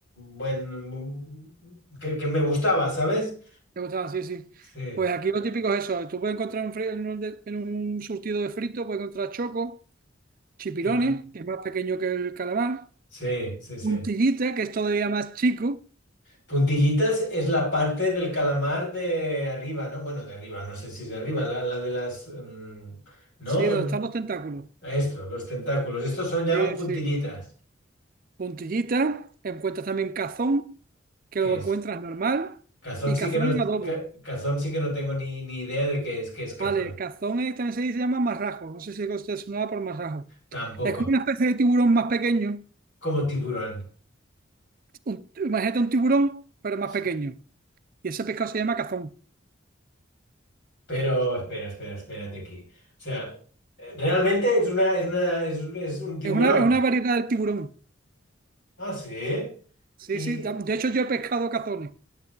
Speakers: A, on the left; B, on the right.
A: buen, bu- que, que me gustaba, ¿sabes?
B: Me gustaba, sí, sí.
A: Sí,
B: Pues aquí lo típico es eso. Tú puedes encontrar en, fri- en un, de- en un surtido de frito, puedes encontrar choco, chipirones,
A: mm,
B: que es más pequeño que el calamar.
A: sí, sí, sí.
B: Puntillita, que es todavía más chico.
A: Puntillitas es la parte del calamar de arriba, ¿no? Bueno, de arriba, no sé si es de arriba, la, la de las... mm, no,
B: Sí, donde
A: no,
B: están los tentáculos.
A: esto, los tentáculos, estos son, llaman
B: Sí,
A: puntillitas,
B: sí. Puntillita, encuentras también cazón, que
A: ¿qué
B: lo
A: es?
B: encuentras normal,
A: Cazón
B: y
A: sí
B: cazón
A: que no,
B: en adobo.
A: ca- cazón sí que no tengo ni, ni idea de qué es, qué es cazón,
B: Vale, cazón es- también se dice- se llama marrajo, no sé si usted sonaba por marrajo.
A: tampoco,
B: Es como una especie de tiburón más pequeño,
A: como tiburón.
B: un- imagínate un tiburón, pero más
A: Sí.
B: pequeño, y ese pescado se llama cazón.
A: Pero espera, espera, espérate aquí. O sea, eh, realmente es una, es una, es, un es un tiburón.
B: Es una, es una variedad del tiburón.
A: Ah, sí.
B: Sí,
A: Y,
B: sí, da- de hecho yo he pescado cazones.